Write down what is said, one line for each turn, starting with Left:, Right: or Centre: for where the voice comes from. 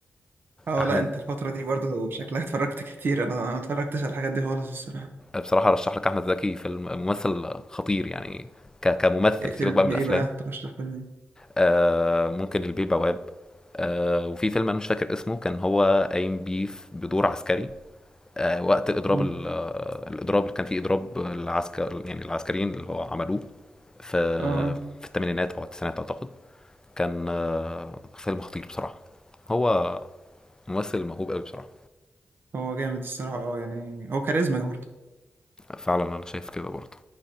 Right: اه
Left: احمد
Right: لا انت الفترة دي برضه شكلك اتفرجت كتير انا ما اتفرجتش على الحاجات دي خالص الصراحة
Left: بصراحه ارشح لك احمد زكي فيلم ممثل خطير يعني ك- كممثل
Right: إيه فيلم
Left: سيبك بقى من الافلام
Right: ايه بقى ترشح فيلم ايه
Left: آه، ممكن البيه البواب آه، وفي فيلم انا مش فاكر اسمه كان هو قايم بيه في- بدور عسكري آه، وقت الاضراب
Right: اه
Left: ال- آه، الاضراب اللي كان فيه اضراب العسكر يعني العسكريين اللي هو عملوه في
Right: اه آه.
Left: في الثمانينات او التسعينات اعتقد كان آه، فيلم خطير بصراحه هو ممثل موهوب قوي بصراحه
Right: هو جامد الصراحة اه يعني هو كاريزما
Left: فعلا انا شايف كده برضه